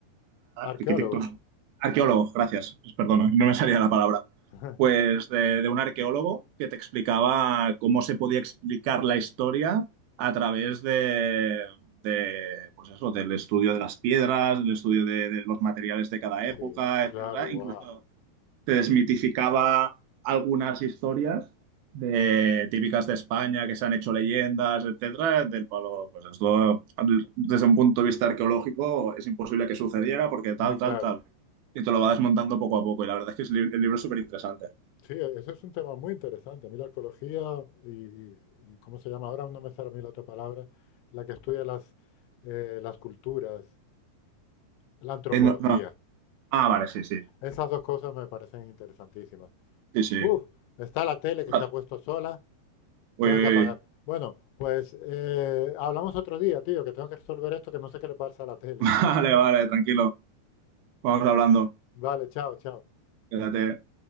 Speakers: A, on the left; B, on the right.
A: Arqueólogos.
B: arquitectos, arqueólogos, gracias, perdona, no me salía la palabra.
A: <laughs>
B: Pues de, de un arqueólogo que te explicaba cómo se podía explicar la historia a través de, de, pues eso, del estudio de las piedras, del estudio de, de los materiales de cada época,
A: Sí, claro,
B: etcétera,
A: wow.
B: incluso te desmitificaba algunas historias de, típicas de España que se han hecho leyendas, etcétera, del palo, pues esto desde un punto de vista arqueológico es imposible que sucediera porque tal,
A: Eh, Claro.
B: tal, tal. Y te lo va desmontando poco a poco. Y la verdad es que es li- el libro es súper interesante.
A: Sí, eso es un tema muy interesante. A mí la arqueología y, y- y ¿cómo se llama? Ahora no me sale a mí la otra palabra, la que estudia las, eh, las culturas, la antropología.
B: Eh, no- no. Ah, vale, sí, sí.
A: Esas dos cosas me parecen interesantísimas.
B: Sí, sí.
A: Uf, está la tele que
B: Ostras.
A: se ha puesto sola,
B: Uy,
A: tengo
B: uy,
A: que apagar.
B: uy.
A: Bueno, pues eh, hablamos otro día, tío, que tengo que resolver esto, que no sé qué le pasa a la tele.
B: <laughs> Vale, vale, tranquilo. Vamos hablando.
A: Vale, chao, chao.
B: Quédate.